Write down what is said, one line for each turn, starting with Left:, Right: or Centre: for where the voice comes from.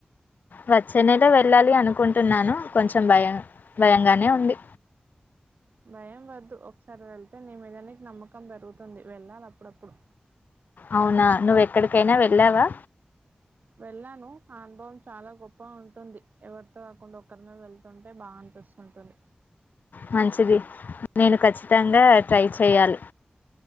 Left: వచ్చేనేల వెళ్ళాలి అనుకుంటున్నాను కొంచెం భయం భయంగానే ఉంది.
Right: భయం వద్దు ఒకసారి వెళ్తే నీ మీద నీకి నమ్మకం పెరుగుతుంది వెళ్ళాలప్పుడప్పుడు
Left: అవునా నువ్వెక్కడికైనా వెళ్ళావా
Right: వెళ్ళాను ఆ అనుభవం చాలా గొప్పగా ఉంటుంది ఎవరితో కాకుండా ఒక్కరిమే వెళ్తుంటే బాగా అనిపిస్తుంటుంది.
Left: మంచిది నేను ఖచ్చితంగా ట్రై చేయాలి.